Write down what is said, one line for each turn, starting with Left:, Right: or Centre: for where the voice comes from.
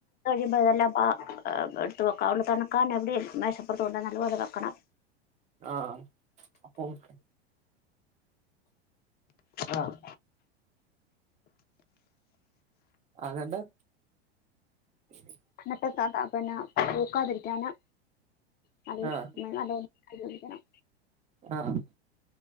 Left: ഇപ്പതല്ലാം പാ ഏഹ് ഏഹ് എട്ത്ത് വെക്കാം. ഒന്ന് തണക്കാൻ എവിടേം മേശപ്പൊറത്ത് കൊണ്ടേന്ന് നല്ലോല വെക്കണം
Right: ആഹ് അപ്പോന്ക്ക്
Left: ആഹ്
Right: അതെന്നാ <unintelligible>
Left: എന്നിട്ട് <unintelligible> പിന്നെ പൂക്കാതിരിക്കാനാ <unintelligible>
Right: ആഹ്
Left: പിന്നെ നല്ലോം <unintelligible> ഒഴിക്കണം
Right: ആഹ്